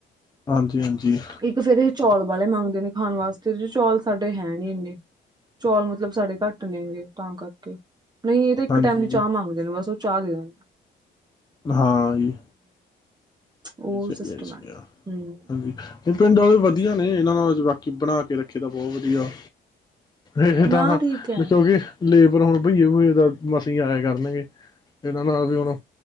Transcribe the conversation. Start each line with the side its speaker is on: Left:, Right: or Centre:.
Left: ਹਾਂਜੀ ਹਾਂਜੀ।
Right: ਇੱਕ ਫੇਰ ਇਹ ਚੌਲ ਵਾਲੇ ਮੰਗਦੇ ਨੇ ਖਾਣ ਵਾਸਤੇ ਜ ਚੌਲ ਸਾਡੇ ਹੈ ਨੀ ਇੰਨੇ ਚੌਲ ਮਤਲਬ ਸਾਡੇ ਘੱਟ ਨੇਗੇ ਤਾਂ ਕਰਕੇ ਨਹੀਂ ਇਹ ਤਾਂ ਇੱਕ
Left: ਹਾਂਜੀ
Right: ਟਾਈਮ ਦੀ ਚਾਹ ਮੰਗਦੇ ਨੇ ਬਸ ਉਹ ਚਾਹ ਦੇਂਦਾ।
Left: ਹਾਂ ਜੀ
Right: ਉਹ
Left: ਸਹੀ
Right: ਸਿਸਟਮ
Left: ਹੈ, ਸਹੀ ਹੈ,
Right: ਹੂੰ
Left: ਹਾਂਜੀ ਪਿੰਡ ਵਾਲੇ ਵਧੀਆ ਨੇ ਇਹਨਾਂ ਨਾਲ ਬਾਕੀ ਬਣਾ ਕੇ ਰੱਖੀ ਦਾ ਬਹੁਤ ਵਧੀਆ ਇਹ
Right: ਨਾ
Left: ਤਾਂ ਦੇਖੋ
Right: ਠੀਕ ਹੈ
Left: ਕਿਉਂਕਿ ਲੇਬਰ ਹੁਣ ਬਈਏ ਬੁਏ ਦਾ ਮਸੀਂ ਆਇਆ ਕਰਨਗੇ ਇਹਨਾਂ ਨਾਲ ਵੀ ਹੁਣ